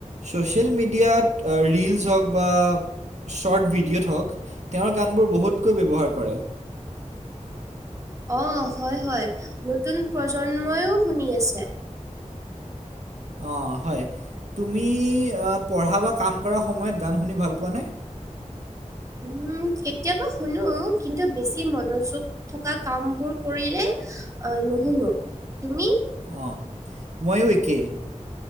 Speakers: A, on the right; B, on the right.
A: ছ'চিয়েল মিডিয়াত আ ৰিলচ হওক বা শ্বৰ্ট ভিডিঅ'ত হওক তেওঁৰ গানবোৰ বহুতকৈ ব্যৱহাৰ কৰে।
B: অ হয় হয়, নতুন প্ৰজন্মইও শুনি আছে।
A: অঁ হয়, তুমি পঢ়া বা কাম কৰাৰ সময়ত গান শুনি ভাল পোৱা নে?
B: উম কেতিয়াবা শুনো কিন্তু বেছি মনোযোগ থকা কামবোৰ কৰিলে আহ নুশুনো, তুমি?
A: অ, মইয়ো একে।